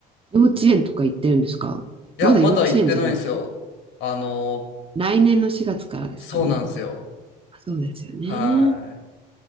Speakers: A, on the right; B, on the left.
A: 幼稚園とか行ってるんですかまだ幼稚園じゃない。
B: えいやまだ行ってないんですよあの
A: 来年の4月からですかね。
B: そうなんですよ
A: あそうですよね。
B: はい